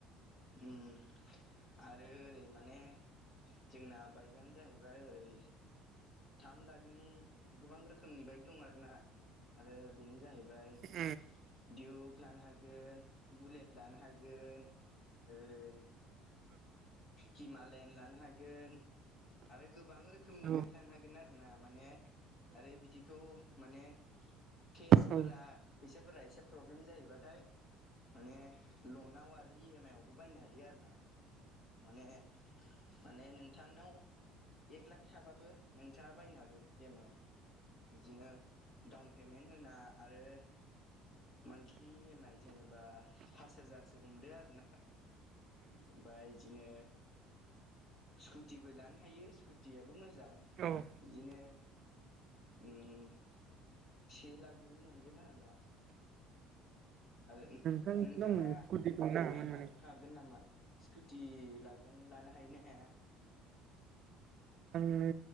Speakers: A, on the left; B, on the right.
A: उम आरो ओरै माने जोंना बायकानो जाहैबाय ओरै थाम लाखनि गोबां रोखोमनि बाइक दं आरो ना। आरो बेनो जाहैबाय
B: औ
A: दिउप लानो हागोन बुलेट लानो हागोन ओरै हिमालयन लानो हागोन आरो गोबां रोखोमनि
B: औ
A: बाइक लानो हागोन आरो ना माने आरो बिदिखौ माने केसफोरा
B: औ
A: फैसाफोरा एसे प्रब्लेम जायोबाथाय माने लनाव आरो इएम आइ आवबो बायनो हायो आरो ना। माने माने नोंथांनाव एक लाख थाबाबो नोंथाङा बायनो हागोन बेमाव बिदिनो डाउन पेमेन्ट होना आरो मान्थलि एम आइ जेनेबा पास हाजारसो हमदो आरो ना। ओमफ्राय इदिनो स्कुटिबो लानो हायो स्कुटियाबो मोजां।
B: औ
A: इदिनो ओम से लाखनि मोनगोन आरो ना। आरो
B: नोंथां
A: नोंथाङा
B: दंनो स्कुटिखौ
A: फोरमायनो
B: नाङामोन
A: हागोन
B: माने
A: हागोन गोन नामा स्कुटि लागोन लानो हायो ना हाया?
B: आंनो